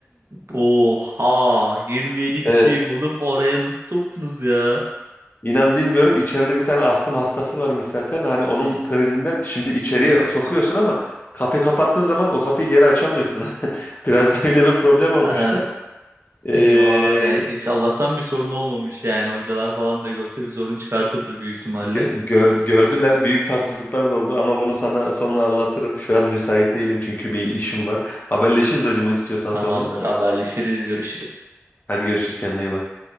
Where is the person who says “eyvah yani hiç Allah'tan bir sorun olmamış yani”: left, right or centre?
Right